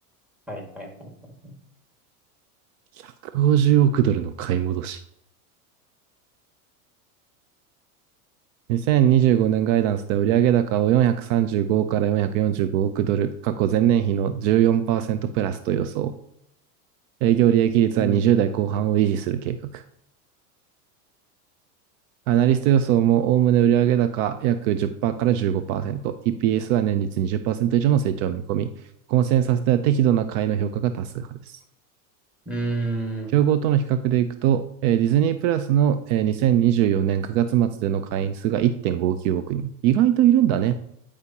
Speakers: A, in the centre; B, on the right (about 60°).
A: はいはいはい。
B: 150億ドルの買い戻し。2025年ガイダンスで売上高を435から445億ドル、過去前年比の14%プラスと予想。営業利益率は20代後半を維持する計画。
A: うん。
B: アナリスト予想もおおむね売上高約10%から15%、EPS は年率20%以上の成長を見込み、コンセンサスでは適度な買いの評価が多数派です。
A: うーん。
B: 競合との比較でいくと、えーディズニープラスの、えー2024年9月末での会員数が1.59億人。意外といるんだね。